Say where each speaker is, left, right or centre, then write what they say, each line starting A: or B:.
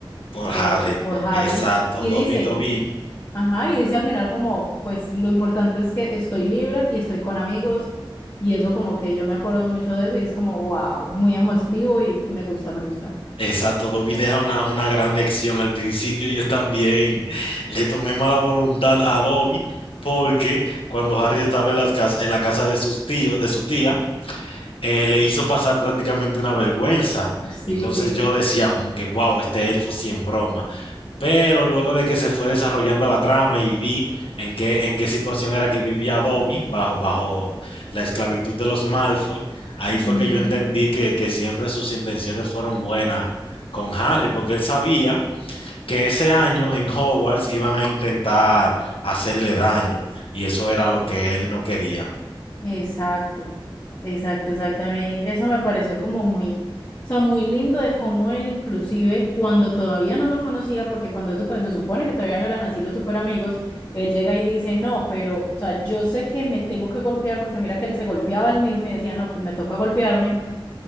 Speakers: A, on the left; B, on the left.
A: por
B: por,
A: Harry,
B: por Harry
A: exacto.
B: y
A: Dobby,
B: dice,
A: Dobby,
B: Ajá, y dice al final como, pues lo importante es que estoy libre y estoy con amigos y eso como que yo me acuerdo mucho de eso y es como, wow, muy emotivo y me gusta, me gusta.
A: exacto. Dobby deja una, una gran lección. Al principio yo también le tomé mala voluntad a Dobby porque cuando Harry estaba en, las cas- en la casa de sus tíos, de su tía, eh, le hizo pasar prácticamente una vergüenza.
B: Sí,
A: Entonces
B: sí.
A: yo decía como que, wow, este elfo sí en broma. pero luego de que se fue desarrollando la trama y vi en qué, en qué situación era que vivía Dobby bajo, bajo la esclavitud de los Malfoy, ahí fue
B: ujú,
A: que yo entendí que, que siempre sus intenciones fueron buenas con Harry, porque él sabía que ese año en Hogwarts iban a intentar hacerle daño y eso era lo que él no quería.
B: Exacto, exacto, exacto. A mí eso me pareció como muy, o sea, muy lindo de cómo él inclusive cuando todavía no lo conocía, porque cuando eso todavía se supone que todavía no eran así los super amigos, él llega y dice, no, pero, o sea, yo sé que me tengo que golpear porque mira que él se golpeaba él mismo y decía, no, pues me toca golpearme